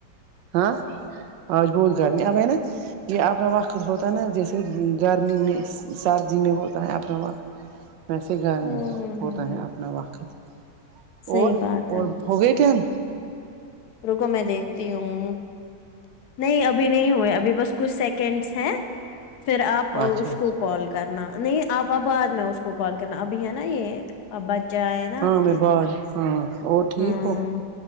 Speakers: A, on the right; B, on the left.
A: ہاں آج بہت گرمی اب ہے نا یہ اپنا وقت ہوتا ہے نا جیسے گرمی میں سردی میں ہوتا ہے اپنا وقت ویسے گھر
B: ہوں
A: میں
B: ہوں
A: ہوتا
B: ہوں ہوں
A: ہے اپنا وقت
B: صحیح
A: اور
B: بات
A: اور
B: ہے
A: ہو گئے ٹین
B: رکو میں دیکھتی ہوں نہیں ابھی نہیں ہوئے ابھی بس کچھ سکنٹ نٹس ہیں پھر آپ
A: اچھا
B: اس
A: اچھا
B: کو کال کرنا نہیں آپ اب بعد میں اس کو کال کرنا ابھی ہے نا یہ اب بچے آئے نا
A: ہاں
B: آپ
A: میں
B: کے
A: بعد ہاں اور ٹھیک
B: ہاں
A: ہو